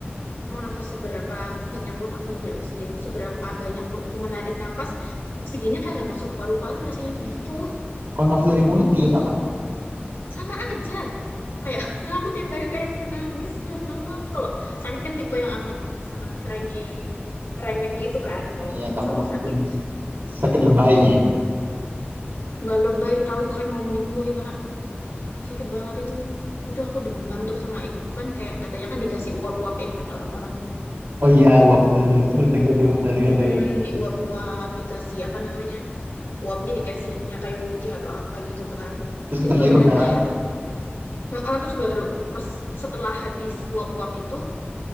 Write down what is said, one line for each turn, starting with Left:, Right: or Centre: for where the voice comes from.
Left: mau nafas seberapa banyak pun aku ngambil oksigen, seberapa banyak pun aku menarik nafas, oksigennya kayak nggak masuk ke paru-paru rasanya tuh gitu.
Right: kalau nafas dari mulut juga
Left: Terus
Right: sama
Left: sama aja. Kayak <laughs> aku tiap hari kayak menangis. Aku Kalau sakit kan tipe yang amat sangat cranky, cranky gitu kan kalau kan,
Right: ya kamu
Left: kalau sakit.
Right: lem- sakit lebay
Left: Gak lebay tahu tuh kayak mau meninggoy, Kak. Sakit banget itu. Itu aku demam terus sama ibuku kan kayak katanya kan dikasih uap-uap ya kata orang-orang.
Right: oh iya wah bener Itu pernah dengar tuh pernah dengar
Left: Mm-mm,
Right: tuh
Left: diuap-uap, dikasih apa namanya? uapnya dikasih minyak kayu putih atau apa gitu kan.
Right: terus kita
Left: Itu beneran
Right: hirup kan
Left: kayak heeh, terus baru pas setelah habis uap-uap itu